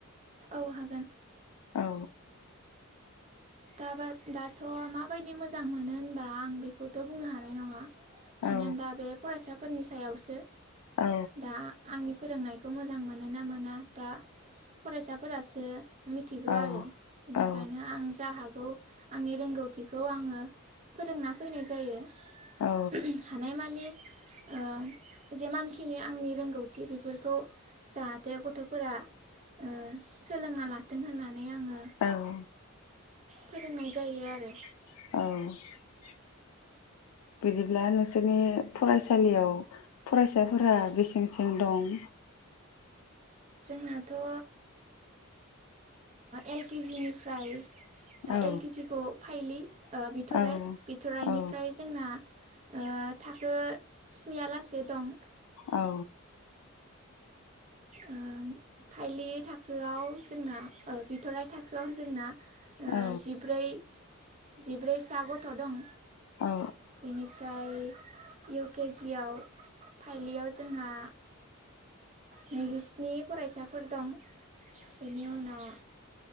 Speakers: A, on the right (about 30°); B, on the left (about 85°).
A: औ हागोन।
B: औ
A: दाबा दाथ' माबायदि मोजां मोनो होनबा आं बेखौथ' बुंनो हानाय नङा मानो
B: औ
A: होनबा बे फरायसाफोरनि सायावसो
B: औ
A: दा आंनि फोरोंनायखौ मोजां मोनो ना मोना दा फरायसाफोरासो मिथिगौ
B: औ
A: आरो बेनिखायनो
B: औ
A: आं जा हाख गौ आंनि रोंगौथिखौ आङो फोरोंना फैनाय जायो
B: औ
A: <unintelligible> हानाय मानि ओ जेमानखिनि आंनि रोंगौथि बेफोरखौ जाहाथे गथ'फोरा ओ सोलोंना लाथों होननानै आङो
B: औ
A: फोरोंनाय जायो आरो
B: औ बिदिब्ला नोंसोरनि फरायसालियाव फरायसाफोरा बेसेंसें दं?
A: जोंनाथ' ओ एल के जि निफ्राय दा
B: औ
A: एलकेजिखौ फाइलि ओ बिथ'राय
B: औ
A: बिथ'राइनिफ्राय
B: औ
A: जोंना ओ थाखो स्नि आ लासे दं।
B: औ
A: ओ फाइलि थाखोआव जोंना ओ बिथ'राइ थाखोआव जोंना ओ
B: औ
A: जिब्रै जिब्रैसा गथ' दं।
B: औ
A: बेनिफ्राय इउ केजिआव फाइलियाव जोंहा नैजिस्नि फरायसाफ फोर दं। बेनि उनाव